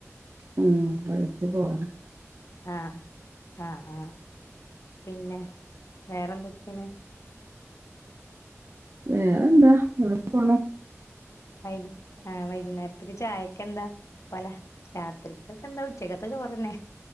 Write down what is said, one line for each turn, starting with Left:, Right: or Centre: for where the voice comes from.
Right: ഉമ് റെയ്ഞ്ച പോണ്
Left: ആഹ് ആഹ് ആഹ് പിന്നെ വേറെന്തൊക്കെയാണ്
Right: വേറെ എന്താ ങ്ങനെ പോണം
Left: വൈ ആഹ് വൈകുന്നേരത്തേക്ക് ചായക്കെ എന്താ പല രാത്രി ക്കെ എന്താ ഉച്ചക്കത്തെ ചോറന്നെ